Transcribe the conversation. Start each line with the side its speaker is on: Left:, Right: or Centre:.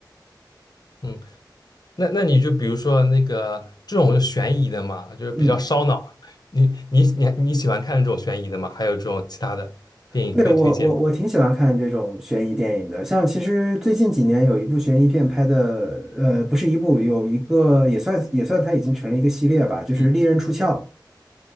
Left: 嗯，那那你就比如说那个这种悬疑的嘛，
Centre: <laughs>
Left: 就是比较烧脑，
Centre: 嗯。
Left: 你你你你喜欢看这种悬疑的吗？还有这种其他的电影可以推荐吗？
Centre: 对，我我我挺喜欢看这种悬疑电影的，像其实最近几年有一部悬疑片拍的，呃，不是一部，有一个也算也算它已经成了一个系列吧，就是《利刃出鞘》。
Left: 嗯，